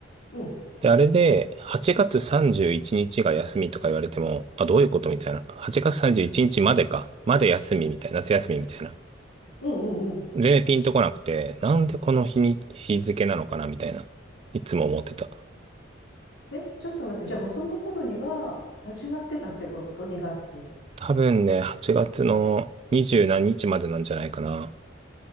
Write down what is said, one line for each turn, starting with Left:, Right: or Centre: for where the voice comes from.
Left: うん。
Right: で、あれで、8月31日が休みとか言われても、あ、どういうことみたいな。8月31日までか。まで休みみたいな。夏休みみたいな。
Left: うんうんうん。
Right: で、ピンとこなくて、なんでこの日に、日付なのかなみたいな。いつも思ってた。
Left: え、ちょっと待って。じゃあもうその頃には始まってたってこと ?2 学期。
Right: 多分ね、8月の20何日までなんじゃないかな。